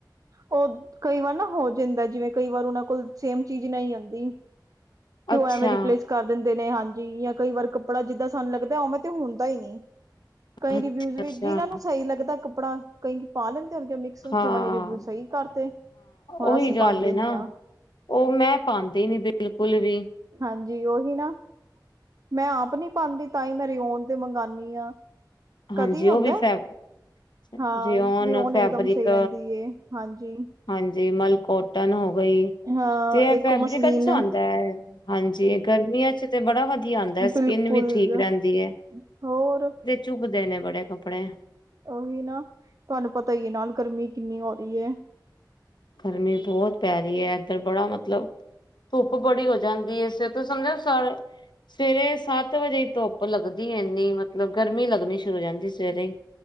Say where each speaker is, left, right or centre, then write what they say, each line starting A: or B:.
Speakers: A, on the right (about 50°); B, on the left (about 75°).
A: ਉਹ ਕਈ ਵਾਰ ਨਾ ਹੋ ਜਾਂਦਾ, ਜਿਵੇਂ ਕਈ ਵਾਰ ਉਹਨਾਂ ਕੋਲ ਸੇਮ ਚੀਜ਼ ਨਹੀਂ ਹੁੰਦੀ। ਤੇ
B: ਅੱਛਾ
A: ਉਹ ਐਵੇਂ ਰਿਪਲੇਸ ਕਰ ਦਿੰਦੇ ਨੇ, ਹਾਂਜੀ‌, ਯਾ ਕਈ ਵਾਰ ਕੱਪੜਾ ਜਿੱਦਾਂ ਸਾਨੂੰ ਲੱਗਦਾ ਉਵੇਂ ਤੇ ਹੁੰਦਾ ਹੀ ਨਹੀਂ। ਕਈ
B: ਅੱਛਾ-ਅੱਛਾ,
A: ਰਿਵਿਊਜ਼ ਵੀ ਜਿਨਾਂ ਨੂੰ ਸਹੀ ਲੱਗਦਾ ਕੱਪੜਾ ਕਈ ਪਾ ਲੈਂਦੇ ਹੋ ਮ
B: ਹਾਂ-ਹਾਂ
A: ਤੇ ਉਹਨਾਂ ਨੇ ਰਿਵਿਊ ਸਹੀ ਕਰਤੇ ਹੁਣ
B: ਉਹੀ
A: ਅਸੀਂ ਪਾਉਦੇ
B: ਗੱਲ ਏ ਨਾ
A: ਨੀ ਆ
B: ਉਹ ਮੈਂ ਪਾਉਂਦੀ ਨੀ ਬਿਲਕੁਲ ਵੀ
A: ਹਾਂਜੀ ਓਹੀ ਨਾ ਮੈਂ ਆਪ ਨਹੀਂ ਪਾਉਂਦੀ ਤਾਂ ਹੀ ਮੈਂ ਰਿਓਨ ਤੇ ਮੰਗਵਾਉਂਦੀ ਆ ਕਦੀ
B: ਹਾਂਜੀ
A: ਹੁੰਦਾ
B: ਉਹ ਵੀ ਫੈ ਜੇ
A: ਹਾਂ
B: ਰੀਓਂਨ
A: ਰਿਓਨ
B: ਫੈਬਰਿਕ
A: ਇਕਦਮ ਸਹੀ ਰਹਿੰਦੀ ਏ। ਹਾਂਜੀ
B: ਹਾਂਜੀ ਮਲਕੋਟਨ ਹੋ ਗਈ।
A: ਹਾਂ
B: ਤੇ
A: ਇੱਕ
B: ਫੈਬਰਿਕ
A: ਮਸਲੀਨ
B: ਅੱਛਾ ਆਉਂਦਾ ਹੈ ਹਾਂਜੀ ਗਰਮੀਆਂ ਚ ਤੇ ਬੜਾ ਵਧੀਆ ਆਉਂਦਾ ਹੈ।
A: ਬਿਲਕੁਲ
B: ਸਕਿੰਨ ਵੀ ਠੀਕ ਰਹਿੰਦੀ ਹੈ।
A: ਹੋਰ
B: ਝੁਭਦੇ ਨੇ ਬੜੇ ਕੱਪੜੇ
A: ਉਹੀ ਨਾ ਤੁਹਾਨੂੰ ਪਤਾ ਹੀ ਹੈ ਨਾਲ ਗਰਮੀ ਕਿੰਨੀ ਹੋ ਰਹੀ ਹੈ।
B: ਗਰਮੀ ਬਹੁਤ ਪੈ ਰਹੀ ਹੈ ਇੱਧਰ ਬੜਾ ਮਤਲਬ ਧੁੱਪ ਬੜੀ ਹੋ ਜਾਂਦੀ ਏ, ਸੇਤੋਂ ਸਮਝੋ ਸ ਸਵੇਰੇ ਸੱਤ ਵਜੇ ਈ ਧੁੱਪ ਲੱਗਦੀ ਏ, ਇੰਨੀ ਮਤਲਬ ਗਰਮੀ ਲੱਗਣੀ ਸ਼ੁਰੂ ਹੋ ਜਾਂਦੀ ਸਵੇਰੇ।